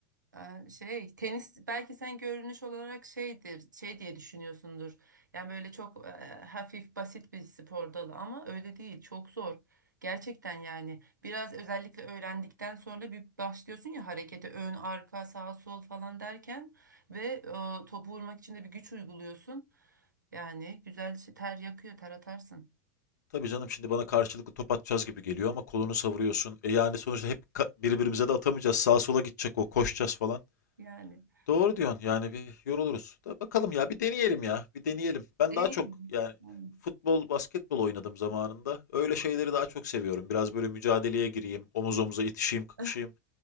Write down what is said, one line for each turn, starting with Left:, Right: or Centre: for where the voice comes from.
Right: Ee, Şey tenis belki sen görünüş olarak şeydir şey diye düşünüyorsundur yani böyle çok e, hafif basit bir spor dalı ama öyle değil çok zor gerçekten yani biraz özellikle öğrendikten sonra bir başlıyorsun ya harekete ön arka sağ sol falan derken ve e, topu vurmak için de bir güç uyguluyorsun yani güzel şey- ter yakıyor ter atarsın
Left: tabii canım şimdi bana karşılıklı top atacağız gibi geliyor ama kolunu savuruyorsun. E yani sonuçta hep ka- birbirimize de atamayacağız. Sağa sola gidecek o. Koşacağız falan.
Right: yani
Left: Doğru diyorsun. Yani bir yoruluruz. Da bakalım ya bir deneyelim ya. Bir deneyelim. Ben
Right: en
Left: daha
Right: iyi
Left: çok yani
Right: yani.
Left: futbol, basketbol oynadım zamanında. Öyle şeyleri daha çok seviyorum. Biraz böyle mücadeleye gireyim, omuz omuza itişeyim, kakışayım
Right: <laughs>